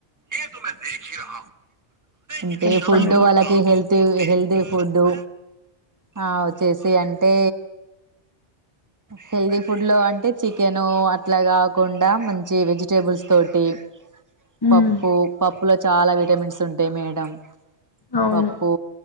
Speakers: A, on the right (about 15°); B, on the left (about 20°).
A: ఏ మ ది రా ంట
B: చెప్పండి
A: ఫుడ్ో
B: మీరు
A: వాళకి హెల్ది హెల్ది కుూద్దు ఆ వచ్చేసి అంటే హెల్తీ ఫుడ్ లో అంటే చికెను అట్లా కాకుండా మంచి వెజిటబుల్స్ తోటి పప్పు
B: ఉమ్
A: పప్పు పప్పు లో చాలా విటమిన్స్ ఉంటాయి మేడం
B: అవును
A: పప్పు